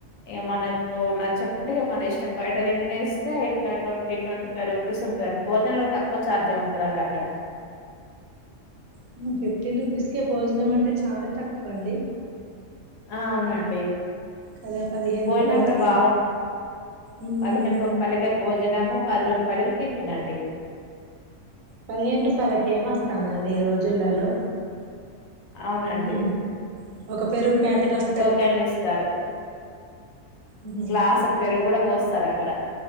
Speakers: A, on the left; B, on the right.
A: ఇగ మనకు నచ్చకుంటే ఇగ మన ఇష్టం బయట తినేస్తే ఇట్లా ట్వంటీ ట్వంటీ ఫైవ్ రూపీస్ ఉంటది భోజన్లకు తక్కువ ఛార్జ్ ఉంటదండి అక్కడ
B: అమ్మ ఫిఫ్టీన్ రూపీస్ కే భోజనం అంటే చాలా తక్కువ అండి
A: ఆ అవునండి
B: కదా పదిహేను
A: భోజనం
B: రూపాయలకే
A: గూడా బాగు
B: ఉమ్
A: పదహేను రూపాయలకే భోజనము పది రూపాయలకి టిఫిన్ అండి
B: పదిహేను రూపాయలకి ఏమోస్తాందండి ఈ రోజులలో
A: అవునండి
B: ఉహు ఒక పెరుగు ప్యాకెట్ వస్
A: టోకెన్లు ఇస్తారు
B: ఉహు
A: గ్లాసేడు పెరుగు గూడా పోస్తారక్కడ